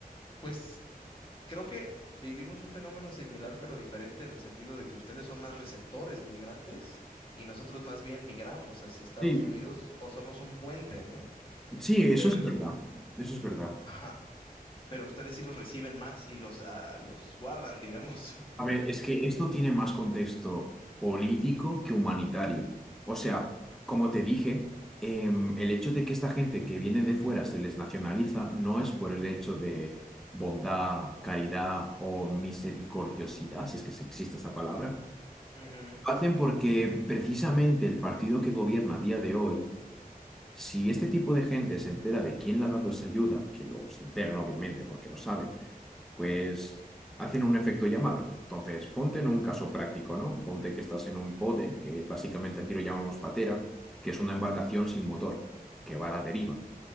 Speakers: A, on the left; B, in the centre.
A: pues creo que vivimos un fenómeno similar pero diferente en el sentido de que ustedes son más receptores de migrantes y nosotros más bien migramos hacia Estados
B: Sí,
A: Unidos o somos un puente, ¿no?
B: sí, eso
A: Pero,
B: es verdad. Eso es verdad.
A: ajá, pero ustedes sí los reciben más y los, ah, los guardan, digamos. <laughs> o-
B: A ver, es que esto tiene más contexto político que humanitario. O sea, como te dije, em, el hecho de que esta gente que viene de fuera se les nacionaliza no es por el hecho de bondad, caridad o misericordiosidad, si es que se- existe esa palabra.
A: Ujú,
B: hacen porque precisamente el partido que gobierna a día de hoy, si este tipo de gente se entera de quién le ha dado esa ayuda, que lo se enteran obviamente porque lo saben, pues hacen un efecto llamada. Entonces, ponte en un caso práctico, ¿no? Ponte que estás en un bote, que básicamente aquí lo llamamos patera, que es una embarcación sin motor, que va a la deriva.